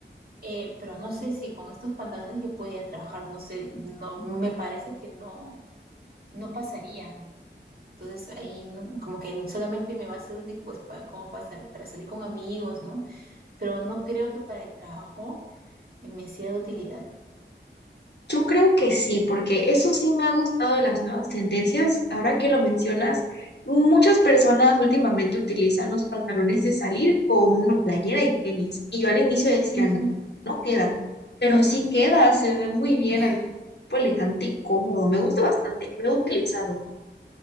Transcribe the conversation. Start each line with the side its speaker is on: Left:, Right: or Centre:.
Right: Eh, pero no sé si con estos pantalones yo podía trabajar, no sé, no, me parece que no, no pasaría. Entonces ahí no- como que solamente me va a ser útil pues para, como pasar, para salir con amigos, ¿no? Pero no creo que para el trabajo me sea de utilidad.
Left: Yo creo que sí, porque eso sí me ha gustado de las nuevas tendencias. Ahora que lo mencionas, muchas personas últimamente utilizan los pantalones de salir con una playera y tenis. Y yo al inicio decía,
Right: Ujú.
Left: no, no queda, pero sí queda, se ve muy bien,
Right: <laughs>
Left: al cuerpo elegante y cómodo. Me gusta bastante, lo he utilizado.